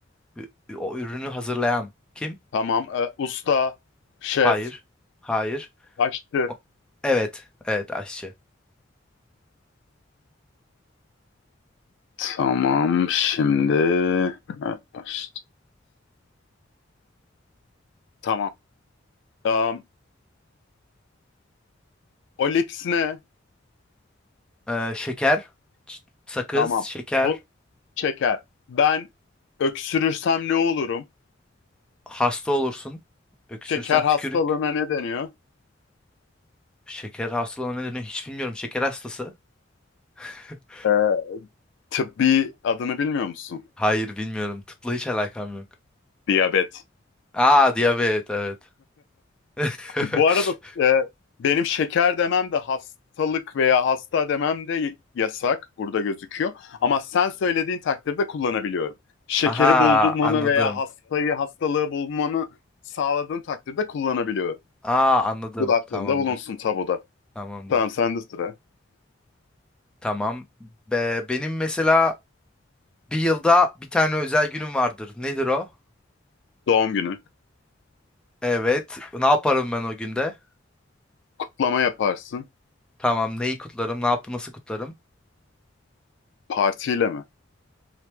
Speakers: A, in the centre; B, on the left.
A: ü- o ürünü hazırlayan kim?
B: Tamam. e, usta. Şef.
A: Hayır. Hayır.
B: Aşçı.
A: O- evet. Evet aşçı.
B: Tamam. Şimdi... Evet, başladı. Tamam. Um, Olips ne?
A: Ee, şeker, ç- sakız,
B: Tamam.
A: şeker
B: Bu şeker. Ben öksürürsem ne olurum?
A: hasta olursun. Öksürsen
B: Şeker
A: tükürük.
B: hastalığına ne deniyor?
A: Şeker hastalığına nedeni hiç bilmiyorum. Şeker hastası. <laughs>
B: Ee, tıbbi adını bilmiyor musun?
A: Hayır bilmiyorum. Tıpla hiç alakam yok.
B: Diyabet.
A: Aa diyabet evet. <laughs>
B: <laughs> Bu arada e, benim şeker demem de hastalık veya hasta demem de y- yasak. Burada gözüküyor. Ama sen söylediğin takdirde kullanabiliyorum. Şekeri
A: Aha
B: bulmanı
A: anladım.
B: veya hastayı, hastalığı bulmanı sağladığın takdirde kullanabiliyorum.
A: Aa anladım.
B: Bu da aklında
A: Tamamdır.
B: bulunsun tabuda.
A: Tamamdır.
B: Tamam sende sıra.
A: Tamam. Be, benim mesela bir yılda bir tane özel günüm vardır. Nedir o?
B: Doğum günü.
A: Evet. Ne yaparım ben o günde?
B: Kutlama yaparsın.
A: Tamam. Neyi kutlarım? Ne yap nasıl kutlarım?
B: Partiyle mi?